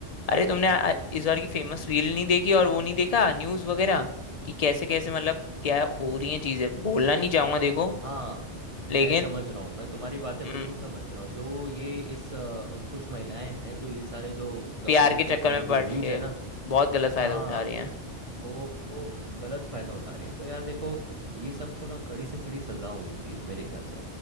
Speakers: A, on the left; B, on the right.
A: अरे तुमने आ- इस बार की फेमस रील नहीं देखी और वो नहीं देखा न्यूज वगैरह कि कैसे कैसे मतलब क्या हो रही हैं चीजें बोलना नहीं चाहूंगा देखो
B: हाँ म-
A: लेकिन
B: मैं समझ रहा हूँ मैं तुम्हारी बातें
A: हम्म,
B: बिल्कुल समझ रहा हूँ जो ये इस अ, कुछ महिलाएं हैं जो ये सारे जो
A: प्यार
B: गवर्नमेंट
A: के
B: के
A: चक्कर
B: हमारे
A: में
B: जो
A: पड़
B: रूल्स
A: के
B: है ना
A: बहुत गलत फायदा
B: हाँ
A: उठा रहे हैं
B: वो, वो गलत फायदा उठा रही हैं तो यार देखो ये सबको ना कड़ी से कड़ी सजा होनी चाहिए मेरे ख्याल से